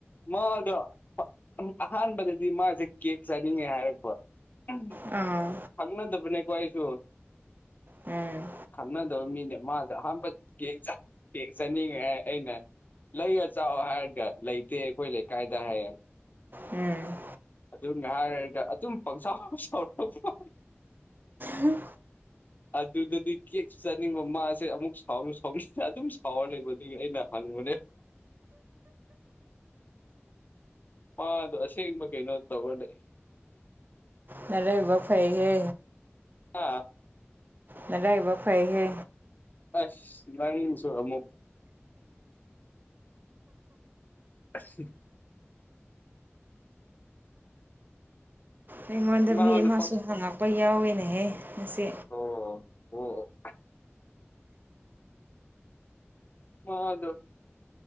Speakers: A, on the left; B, on the right.
A: ꯃꯥꯗꯣ ꯑꯍꯥꯟꯕꯗꯗꯤ ꯃꯥꯁꯦ ꯀꯦꯛ ꯆꯥꯅꯤꯡꯉꯦ ꯍꯥꯏꯔꯛꯄ ꯎꯝ
B: ꯑꯥ
A: ꯈꯪꯅꯗꯕꯅꯦꯀꯣ ꯑꯩꯁꯨ
B: ꯎꯝ
A: ꯈꯪꯅꯗꯕ ꯃꯤꯅꯦ ꯃꯥꯗꯣ ꯑꯍꯥꯟꯕ ꯀꯦꯛ ꯆꯥꯅꯤꯡꯉꯦ ꯍꯥꯏꯔ ꯑꯩꯅ ꯂꯩꯔꯒ ꯆꯥꯎꯑꯣ ꯍꯥꯏꯔꯒ ꯂꯩꯇꯦ ꯑꯩꯈꯣꯏ ꯂꯩꯀꯥꯏꯗ ꯍꯥꯏꯌꯦ
B: ꯎꯝ
A: ꯑꯗꯨꯅ ꯍꯥꯏꯔꯒ ꯑꯗꯨꯝ ꯄꯪꯁꯥꯎ ꯁꯥꯎꯔꯀꯄꯥ
B: ꯎ
A: ꯑꯗꯨꯗꯗꯤ ꯀꯦꯛꯁꯨ ꯆꯥꯅꯤꯡꯕ ꯃꯥꯁꯦ ꯑꯃꯨꯛ ꯁꯥꯎꯁꯨ ꯁꯥꯎꯅꯤꯡꯅ ꯑꯗꯨꯝ ꯁꯥꯎꯔ ꯂꯩꯕ ꯑꯗꯨꯒꯤ ꯑꯩꯅ ꯍꯪꯉꯨꯅꯦ ꯃꯥꯗꯨ ꯑꯁꯦꯡꯕ ꯀꯩꯅꯣ ꯇꯧꯔ
B: ꯅꯔꯥꯏꯕꯛ ꯐꯩꯍꯦ
A: ꯑꯥ
B: ꯅꯔꯥꯏꯏꯕꯛ ꯐꯩꯍꯦ
A: ꯑꯁ ꯅꯪꯁꯨ ꯑꯃꯨꯛ ꯑꯁ
B: ꯑꯩꯉꯣꯟꯗ
A: ꯃꯥꯗꯣ
B: ꯃꯤ ꯑꯃꯁꯨ
A: ꯄꯪ
B: ꯍꯪꯉꯛꯄ ꯌꯥꯎꯏꯅꯦꯍꯦ ꯉꯁꯤ
A: ꯑꯣ ꯑꯣ ꯑꯣ ꯍꯣ ꯑꯗꯨ